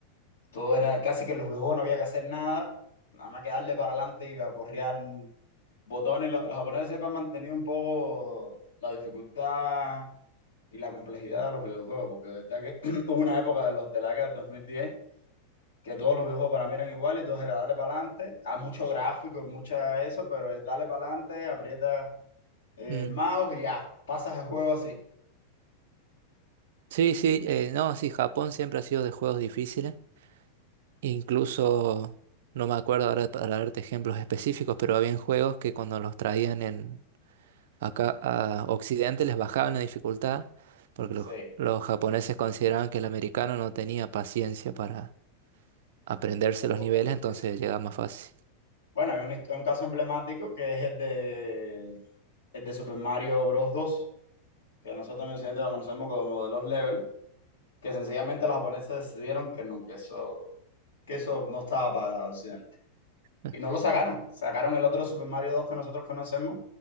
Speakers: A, on the left; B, on the right.
A: todo era, casi que en los videojuegos no había que hacer nada, nada más que darle para adelante y aporrear botones. Los, los japoneses siempre han mantenido un poco la dificultad y la complejidad de los videojuegos, porque de verdad que <clears throat> hubo una época de los de la década del 2010 que todos los videojuegos para mí eran iguales y todos era darle para adelante, hay mucho gráfico, mucha eso, pero es darle para adelante, aprieta el
B: Mm.
A: mouse y ya, pasas el juego así.
B: Sí, sí, eh, no, sí, Japón siempre ha sido de juegos difíciles. Incluso, no me acuerdo ahora para darte ejemplos específicos, pero había juegos que cuando los traían en, acá a Occidente les bajaban la dificultad, porque
A: Sí,
B: los, los japoneses consideraban que el americano no tenía paciencia para aprenderse
A: los juegos
B: los niveles,
A: tan difíciles.
B: entonces llegaba más fácil.
A: Bueno, hay un, hist- un caso emblemático que es el de, el de Super Mario Bros. dos que nosotros en Occidente lo conocemos como de los level, que sencillamente los japoneses decidieron que, no, que, eso, que eso no estaba para Occidente.
B: <laughs>
A: Y no lo sacaron, sacaron el otro Super Mario dos que nosotros conocemos,